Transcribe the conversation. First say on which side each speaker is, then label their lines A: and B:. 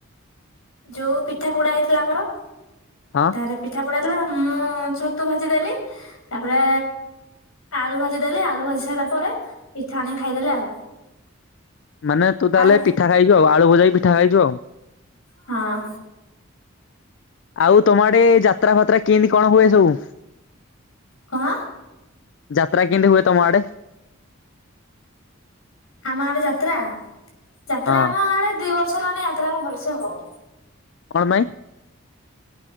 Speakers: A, on the left; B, on the left.
A: ଯୋଉ ପିଠା ପୋଡା ହେଇଥିଲା ଆମର
B: ହଁ
A: ତାରେ ପିଠା ପୋଡା ହେଇଥିଲା ମୁଁ ଛତୁ ଭାଜି ଦେଲି ତାପରେ ଆଳୁ ଭାଜି ଦେଲି ଆଳୁ ଭାଜି ସାରିଲା ପରେ ପିଠା ଆଣିକି ଖାଇଦେଲି ଆଉ।
B: ମାନେ ତୁ ତାହେଲେ
A: ଆଉ
B: ପିଠା ଖାଇଛୁ ଆଉ ଆଳୁ ଭଜାକି ପିଠା ଖାଇଛୁ ଆଉ।
A: ହଁ।
B: ଆଉ ତମ ଆଡେ ଯାତ୍ରା ଫାତ୍ରା କେମିତି କଣ ହୁଏ ସବୁ?
A: କଣ
B: ଯାତ୍ରା କେମିତି ହୁଏ ତମ ଆଡେ?
A: ଆମ ଆଡେ ଯାତ୍ରା, ଯାତ୍ରା
B: ହଁ
A: ଆମ ଆଡେ ଦି ବ ର୍ଷ ମାନେ ଯାତ୍ରା ଆଉ ଭଲସେ ହଉନି।
B: କଣ ପାଇଁ?